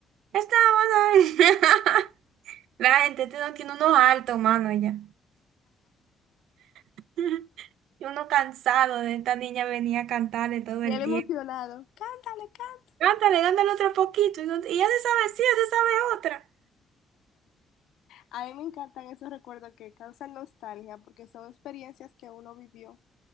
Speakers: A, on the right; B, on the left.
A: estamos ahí". <laughs> La gente tiene tiene unos altos, mano, ya. <laughs> Y uno cansado de esta niña venía a cantarle todo
B: Y
A: el
B: él emocionado.
A: tiempo.
B: Cántale, cántale.
A: Cántale, dándole otro poquito. Y, no- y ya se sabe, sí, ya se sabe otra.
B: A mí me encantan esos recuerdos que causan nostalgia, porque son experiencias que uno vivió.